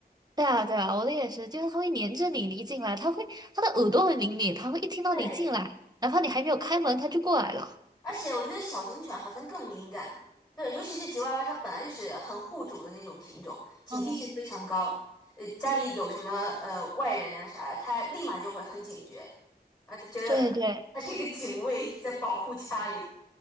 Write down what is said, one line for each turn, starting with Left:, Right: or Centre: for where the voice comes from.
Right: 对啊，对啊，我的也是，就是它会黏着你，你一进来，它会，它的耳朵很灵敏，它会一听到你进来，
Left: 对。
Right: 哪怕你还没有开门，它就过来了。
Left: 而且我觉得小型犬好像更敏感，对，尤其是吉娃娃，它本来就是很护主的那种品种，警惕性非常高。
Right: 嗯，
Left: 呃，家里有什么呃外人啊啥的，它立马就会很警觉，啊，它觉得它是一个警卫在保护家里。
Right: 对对